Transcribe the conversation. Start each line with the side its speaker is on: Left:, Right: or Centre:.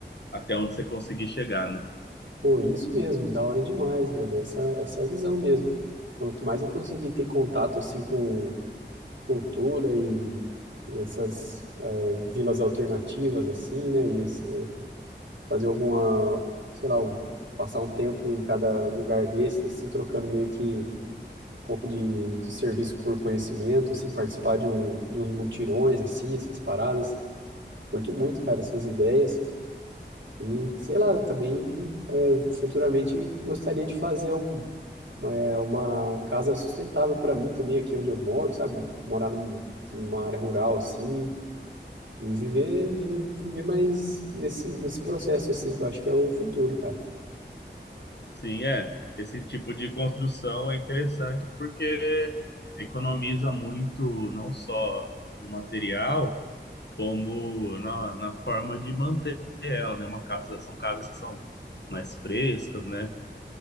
Left: até onde você conseguir chegar, né?
Right: Pô, isso mesmo, da hora demais, velho. Essa, essa é a visão mesmo. Quanto mais eu conseguir ter contato, assim, com cultura e, e essas eh, vilas alternativas assim, né? E esse- fazer alguma, sei lá, um- passar um tempo em cada lugar desses, assim, trocando meio que um pouco de, de serviço por conhecimento, assim, participar de, um, de uns mutirões, assim, essas paradas. Curto muito, cara, essas ideias. E, sei lá, também eh, futuramente gostaria de fazer um- uma, uma casa sustentável para mim também, aqui onde eu moro, sabe? Morar num, numa área rural, assim, E viver, viver, viver mais nesse, nesse processo, assim, que eu acho que é o futuro, cara.
Left: Sim, é. Esse tipo de construção é interessante porque economiza muito não só no material, como na, na forma de manter ela, né? Uma casa, são casas que são mais frescas, né?